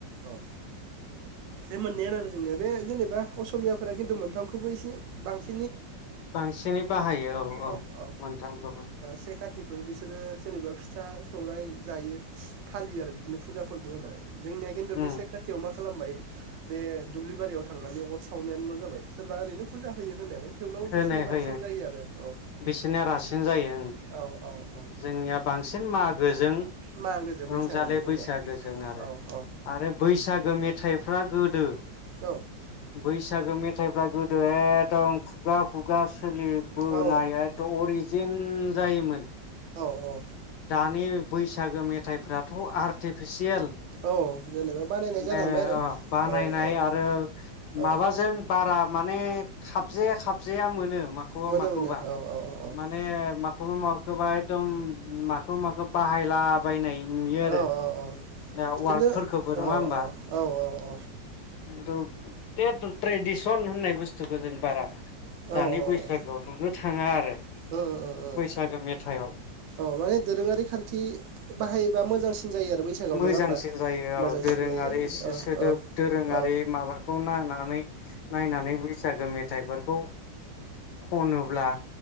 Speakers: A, on the right (about 80°); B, on the left (about 70°).
A: औ बे मोननैयानो आरो जोंनिया बे जेनेबा असमियाफोरा खिन्थु मोनथामखौबो एसे बांसि
B: बांसिनै बाहायो औ-औ
A: औ औ
B: मोनथामखौबो।
A: से कातिखौ बिसोरो जेनेबा फिथा सौराइ दायो फालियो आरो बिदिनो फुजा फोरबो होनाय। जोंनिया खिन्थु
B: उम
A: बेसायद खाथियाव मा खालामबाय बे दुब्लि बारियाव थांनानै अर सावनायानोल' जाबाय सोरबा ओरैनो फुजा होयो होनायालाय। थेवब्लाबो
B: होनाय
A: बिसोरनिया
B: जायो
A: बांसिन आरो औ
B: बिसोरनिया रासिन जायो ओं
A: औ औ औ
B: जोंनिया बांसिन मागोजों
A: मागोजों
B: रंजालि
A: बैसागोल' जोंनिया
B: बैसागोजों आरो-आरो
A: औ औ
B: बैसागो मेथाइफ्रा गोदो बै
A: औ
B: बैसागो मेथाइफ्रा गोदो एकदम खु खुगा खुगासो सोलिबोनायाथ
A: औ
B: अरिजिन। ओम जायोमोन।
A: औ-औ।
B: नि बैसागो मेथाइफ्राथ आर्टिफिसियेल।
A: औ जेनेबा बानायनाय
B: माने
A: जालांबाय आरो
B: बानायनाय
A: औ औ
B: आरो माबाजों
A: औ
B: बारा। माने खाबजेया खाबु खबजाया मोनो। माखौबा-माखौबा
A: मोनो मोनो औ औ औ
B: माने माखौ। खौ माखौबा एखदम माखौ-माखौ बाहायलाबायनाय। नुयो आरो
A: औ औ औ
B: दा वार्डफोरखौबो
A: खिन्थु
B: नङा
A: औ
B: होमबा?
A: औ औ औ
B: खिन्थु ट्रेडिसन होननाय बुस्थुखौ जों बारा।
A: उम
B: दानि बैसागोआव
A: उम
B: नुनो थाङा आरो,
A: उम उम
B: बैसागो मेथाइआव
A: औ माने दोरोङारि खान्थि बाहायोबा मोजांसिन जायो आरो बैसागोआव
B: मोजांसिन
A: नङा होमबा
B: जायो
A: मोजांसिन
B: औ दोरोङारि
A: जायो औ
B: सोदोब
A: औ
B: दोरोङारि
A: औ
B: माबाखौ नायनानै नायनानै बैसागो मेथाइ। खौ खनोब्ला।